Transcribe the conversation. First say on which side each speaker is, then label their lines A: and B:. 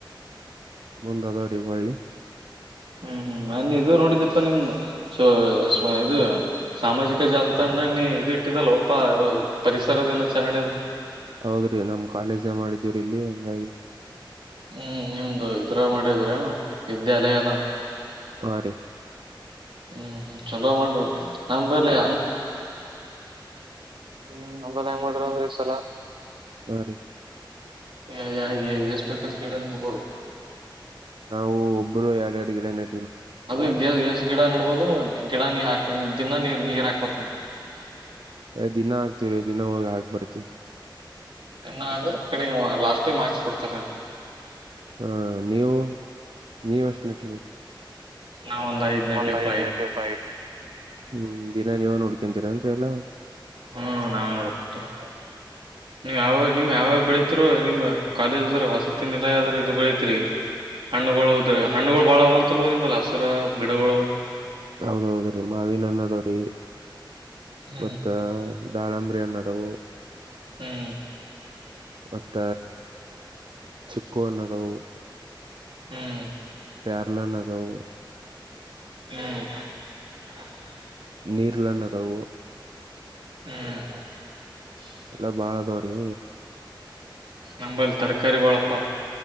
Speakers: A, on the right (about 70°); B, on the right (about 90°).
A: ಮುಂದಾದವ್ರಿಗೆ ಹೋಳ್ಳಿ
B: ಹ್ಮ್ ಹ್ಮ್ ನನ್ ಇದು ನೋಡಿದಪ್ಪಾ ನಿಮ್ಮ ಸ ಇದು ಸಾಮಾಜಿಕ ಜಾಲತಾಣಧಾಗ ನೀ ಇದ ಇಟ್ಟಿದಲ್ಲ ಒಪ್ಪ ಪರಿಸರ ದಿನಾಚರಣೆದು.
A: ಹೌದ್ರಿ ನಮ್ ಕಾಲೇಜಗ ಮಾಡಿದೀವರಿ ಇಲ್ಲಿ ಹೆಂಗಾಗಿ
B: ಹ್ಮ್ ನಿಮ್ದು ಇದರ ಮಾಡಿದ್ರ ನು ವಿದ್ಯಾಲಯನ
A: ಹಾ ರೀ
B: ಹ್ಮ್ ಚಲೋ ಮಾಡ್ರಿ ನಂಬಲಿ
A: ಹ್ಮ ನಮ್ದ್ ಹೆಂಗ ಮಡ್ಯಾರ್ ಅಂದ್ರ ಇ ಸಲ ಹಾರಿ
B: ಹ ಎಷ್ಟ ಬೇಕ ಗಡನತಗೋ
A: ನಾವು ಒಬ್ಬರು ಎರಡು ಎರಡು ಗಿಡ ನೆ
B: ಅದು ಗಿ ಎಸ್ ಗಿಡ ನೆಡ್ಬೋದು ಗಿಡ ನೀ ಹಾ ದಿನಾ ನೀರ್ ನೀರ್ ಹಾಕ್ಬೇಕು ನೀವು
A: ಹೇ ದಿನಾ ಆಕ್ತಿವಿ ದಿನ ಹೋಗಿ ಹಾಕಿ ಬರ್ತಿವಿ
B: ಇನಾ ಆದ್ರ ಕಡಿಗ ಲಾಸ್ಟೇಗಿ ಮಾರ್ಕ್ಸ್ ಕೊಡ್ತಾರ
A: ಹಾ ನೀವು ನೀವು ಎಷ್ಟು ನೆಟ್ರಿ
B: ನಾವ್ ಒಂದ್ ಐದ್ ನೆಟಿವಪ
A: ಒಂದ್ ಐದ್ ನೇಟಿವ್ ಫೈವ್ ಹ್ಮ ದಿನ ನೀವ ನೋಡು ಕುಡಿಕಂದನ್ ಎಲ್ಲ
B: ಹ್ಮ್ ನಾವೇ ಹೋಗ್ತಿವಿ ನೀವ್ ಯಾವ ನೀವ್ ಯಾವ್ಯಾವ ಬೆಳಿತೀರೋ ನಿಮ್ಮ ಕಾಲೇಜ್ರ ವಸತಿ ನಿಲಯದರ್ ಇದು ಬೆಳೀತ್ರಿ ಹಣ್ಣುಗಳು ಉದ್ರ ಹಣ್ಣುಗಳು ಬಾಳ ಅದಾವ್ ಅಂತಲೂ ನಿಂಬಲ್ಲ ಹಸಿರ ಗಿಡಗಳು
A: ಹೌದು ಹೌದ್ರಿ ಮಾವಿನ ಹಣ್ಣು ಅದಾವ್ರಿ
B: ಹ್ಮ್
A: ಮತ್ತ ದಾಳಂಬರಿ ಹಣ್ಣ ಅದವು
B: ಹ್ಮ್
A: ಮತ್ತ ಚಿಕ್ಕು ಹಣ್ಣು ಅದಾವು
B: ಹ್ಮ್
A: ಪ್ಯಾರಲ್ಲ ಅಣ್ಣು ಅದಾವು
B: ಹ್ಮ್
A: ನಿರ್ಲಣ್ಣ ಅದಾವು
B: ಹ್ಮ್
A: ಎಲ್ಲಾ ಬಾಳ ಅದವ್ರೀ
B: ನಂಬಲ್ಲಿ ತರಕಾರಿ ಬಾಳಪ್ಪ